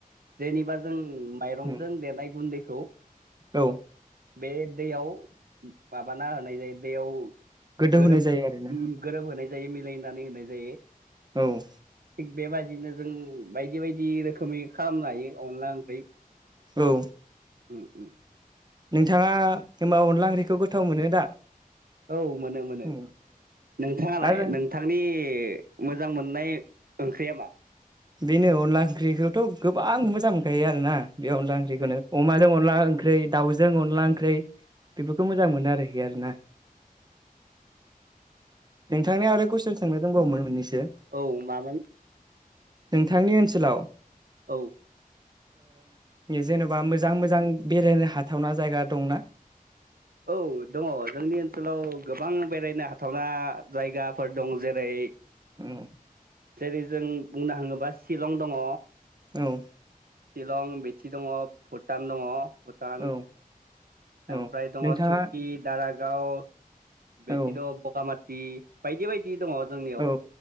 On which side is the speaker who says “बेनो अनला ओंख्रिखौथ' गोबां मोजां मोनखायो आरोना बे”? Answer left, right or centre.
Right